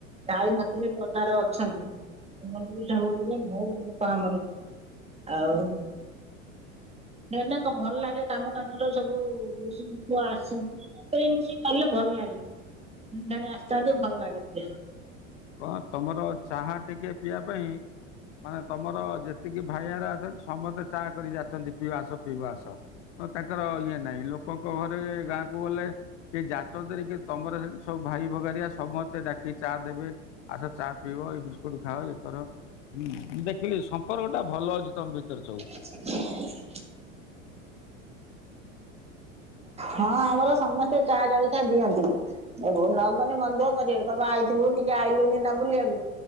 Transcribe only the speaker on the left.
କଣ ତମର ଚାହା ଟିକେ ପିଇବା ପାଇଁ ମାନେ ତମର ଯେତିକି ଭାଇରା ଅଛନ୍ତି ସମସ୍ତେ ଚା କରି ଯାଚନ୍ତି ପିଇବ ଆସ ପିଇବ ଆସ। ଓ ତାଙ୍କର ଇଏ ନାହିଁ ଲୋକଙ୍କ ଘରେ ଗାଁ କୁ ଗଲେ କି ଯାଚନ୍ତିନି କି ତମର ସେଠି ସବୁ ଭାଇ ଭଗାରିଆ ସମସ୍ତେ ଡାକିକି ଚା ଦେବେ। ଆଛ ଚା ପିଇବ ଏଇ ବିସ୍କୁଟ ଖାଅ ଇଏକର। ହୁଁ ମୁଁ ଦେଖିଲି ସମ୍ପର୍କ ଟା ଭଲ ଅଛି ତମ ଭିତରେ ସବୁ।